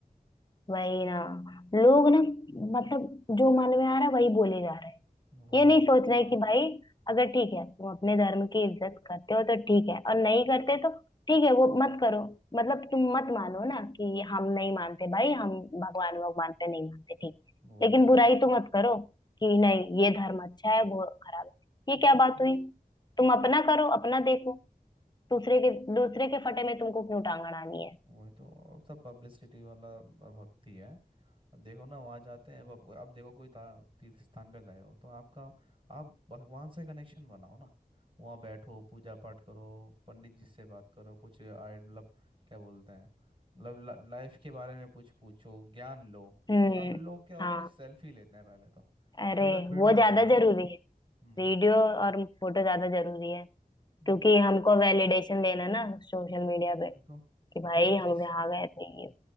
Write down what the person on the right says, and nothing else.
वही
वही
हाँ,
तो-
वही तो और सब पब्लिसिटी वाला भक्ति है अब देखो ना वहाँ जाते हैं अब अब देखो कोई ता- तीर्थ स्थान पे गए हो तो आपका आप भगवान से कनेक्शन बनाओ ना वहाँ बैठो पूजा पाठ करो पंडित जी से बात करो कुछ आय मतलब क्या बोलते हैं मतलब लाइफ के बारे में कुछ पूछो ज्ञान लो
अब लोग क्या होते
हैं सेल्फी लेते हैं पहले तो
पहले तो वीडियो
बनाता
था ना
हम्म
हम्म,
वही
तो
एक
चीज